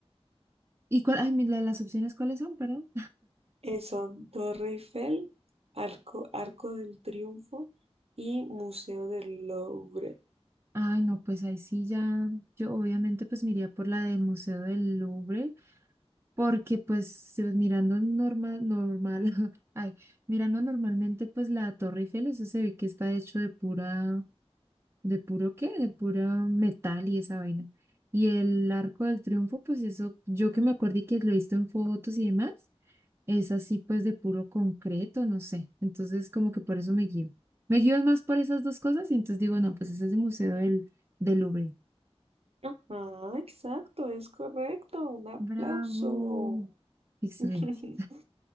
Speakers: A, on the right; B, on the right.
A: ¿Y cuál, ay, mi- la- las opciones cuáles son, perdón?
B: eh, son Torre Eiffel, Arco, Arco del Triunfo y Museo del Louvre.
A: Ay, no, pues ahí sí ya, yo obviamente pues me iría por la de Museo del Louvre, porque pues eh, mirando normal, normal, <laughs> ay, mirando normalmente pues la Torre Eiffel, eso se ve que está hecho de pura, de puro qué, de pura metal y esa vaina. Y el Arco del Triunfo, pues eso, yo que me acuerdo y que lo he visto en fotos y demás, es así pues de puro concreto, no sé. Entonces como que por eso me guío. Me guío más por esas dos cosas y entonces digo, no, pues ese es el Museo del, del Louvre.
B: Ajá, exacto, es correcto. Un aplauso.
A: Bravo. Excelente.
B: <laughs>